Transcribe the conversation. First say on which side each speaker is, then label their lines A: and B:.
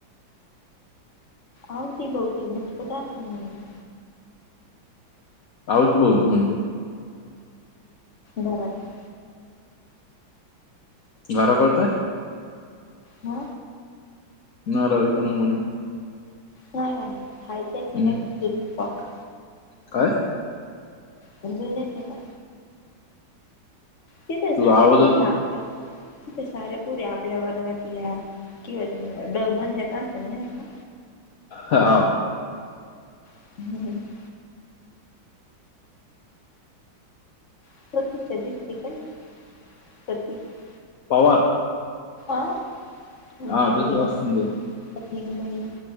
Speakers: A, on the left; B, on the left.
A: अवतीभवती भरपूर असणार आहे.
B: आवती भवती म्हणजे.
A: धराच्या.
B: घर जवळ काय.
A: ह
B: ना रवि तर ना कोणी <unintelligible>
A: नाही नाही खयचे
B: हम्म
A: <unintelligible>
B: काय.
A: समजून नाहीचे का? किती जाऱ्या
B: तुझा आवाजात
A: पोरी आजचा. तिथे साऱ्या पोरी आपल्या वर्गातल्या किंवा ड मधल्या तर असेन नाही का.
B: हा.
A: ह <unintelligible> <inaudible> <inaudible>
B: पवार.
A: आ तुझी
B: हा तसच
A: बहिण
B: असतं ते
A: तीन बहिण.